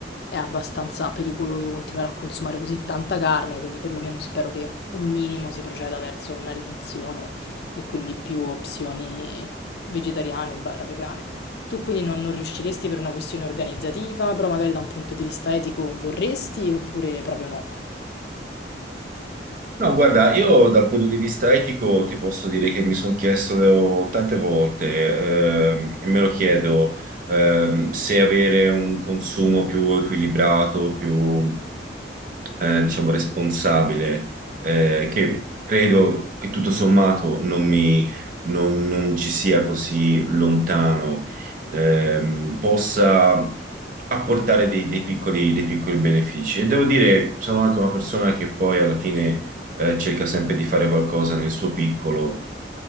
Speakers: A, on the left (about 55°); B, on the right (about 45°).
A: è abbastanza pericoloso continuare a consumare così tanta carne, quindi perlomeno spero che un minimo si proceda verso una riduzione e quindi più opzioni vegetariane barra vegane. Tu quindi non, non riusciresti per una questione organizzativa, però magari da un punto di vista etico vorresti oppure proprio no?
B: No, guarda, io dal punto di vista etico ti posso dire che mi sono chiesto tante volte, ehm, e me lo chiedo, ehm, se avere un consumo più equilibrato, più, eh, diciamo, responsabile, eh, che credo che tutto sommato non mi, non, non ci sia così lontano, ehm, possa apportare dei, dei piccoli, dei piccoli benefici. E devo dire, sono anche una persona che poi alla fine eh, cerca sempre di fare qualcosa nel suo piccolo,